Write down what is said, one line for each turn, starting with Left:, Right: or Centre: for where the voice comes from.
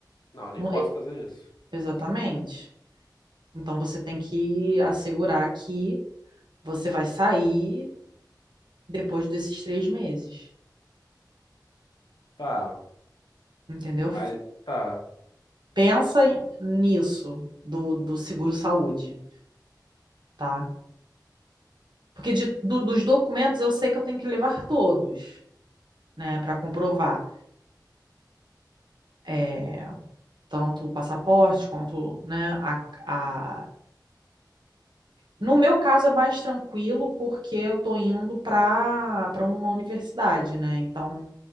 Left: Não, eu nem
Right: Não-
Left: posso
Right: e-
Left: fazer isso.
Right: exatamente. Então você tem que assegurar que você vai sair depois desses três meses,
Left: Tá,
Right: entendeu?
Left: mas tá.
Right: Pensa em- nisso do, do seguro-saúde, tá? Porque de, do- dos documentos eu sei que eu tenho que levar todos, né, para comprovar. É, tanto o passaporte quanto, né, a, a... No meu caso é mais tranquilo porque eu tô indo para para uma universidade, né? Então